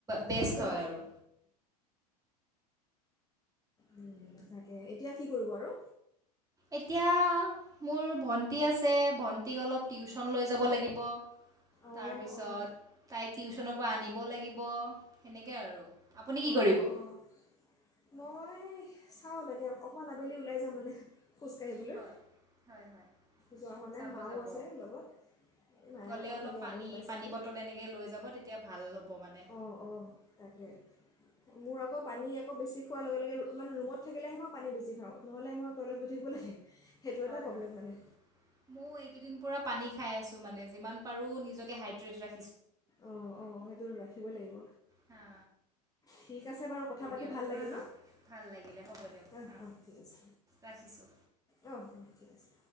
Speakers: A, on the right; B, on the left.
A: বেষ্ট
B: আটাইতকৈ
A: হয়
B: ভাল
A: আৰু।
B: ওম তাকে এতিয়া কি কৰিব আৰু?
A: এতিয়া মোৰ ভন্টী আছে, ভণ্টিক অলপ টিউশচন লৈ যাব লাগিব।
B: অঁ
A: তাৰ পিছত
B: অঁ
A: তাইক টিউচনৰ পৰা আনিব লাগিব, তেনেকে আৰু আপুনি কি
B: অঁ
A: কৰিব?
B: অঁ মই চাওঁ তাকে অকণমান আবেলি ওলাই যাম মানে। খোজকাঢ়িবলৈ
A: হয় - হয় হয়,
B: যোৱা হোৱা নাই
A: যাব
B: মাও
A: যাব,
B: আছে লগত মায়ে
A: গ'লে
B: অকণমান
A: অলপ
B: থাকি
A: পানী
B: আমনি পাইছে
A: পানী
B: মানে
A: বটল এনেকে লৈ যাব, তেতিয়া ভাল অলপ। হব মানে
B: অঁ অঁ তাকে মোৰ আকৌ পানী এক আকৌ বেছি খোৱাৰ লগে লগে মানে ৰুমত থাকিলেহে মই পানী বেছি খাওঁ, নহ'লে মই টয়লেট গৈ থাকিব লাগে সেইটো
A: হয়-
B: এটা প্ৰব্লেম
A: হয়
B: মানে
A: ময়ো এইকেইদিন পোৰা পানী খাই আছো মানে যিমান পাৰোঁ নিজকে হাইড্ৰেট ৰাখি
B: অ- অ সেইটো ৰাখ ৰখিব‌ই লাগিব
A: হা
B: ঠিক আছে বাৰু কথা পাতি
A: দিয়ক
B: ভাল লাগিল
A: হা হা
B: ন?
A: ভাল লাগিলে হ'ব দিয়ক
B: অ
A: হা
B: -অ ঠিক আছে
A: ৰাখিছোঁ
B: অ' - অ 'ঠিক আছে